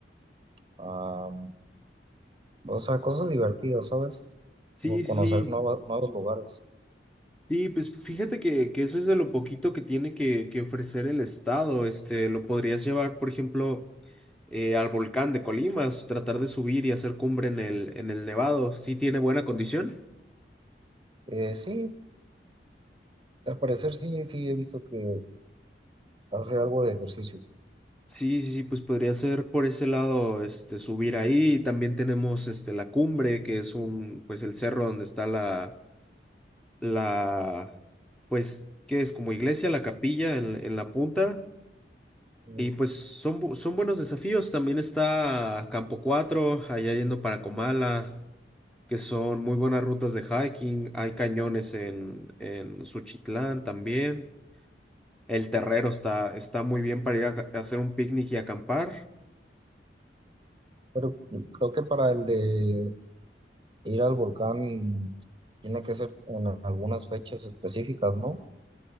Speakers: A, on the right (about 30°); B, in the centre.
A: Am, o sea, cosas divertidas, ¿sabes?
B: Sí,
A: O conocer
B: sí, sí.
A: nuevas- nuevos lugares.
B: Sí, pues fíjate que, que eso es de lo poquito que tiene que, que ofrecer el Estado. Este, lo podrías llevar, por ejemplo, eh, al volcán de Colimas, tratar de subir y hacer cumbre en el, en el Nevado. ¿Sí tiene buena condición?
A: Eh, sí, al parecer sí, sí he visto que hace algo de ejercicio.
B: Sí, sí, sí, pues podría ser por ese lado, este, subir ahí. También tenemos, este, la cumbre, que es un, pues el cerro donde está la, la, pues, ¿qué es? Como iglesia, la capilla en, en la punta.
A: Mm,
B: Y pues son, bu- son buenos desafíos. También está Campo 4 allá yendo para Comala, que son muy buenas rutas de hiking. Hay cañones en, en Suchitlán también. El Terrero está, está muy bien para ir a, ca- a hacer un picnic y acampar.
A: Pero creo que para el de ir al volcán tiene que ser en algunas fechas específicas, ¿no?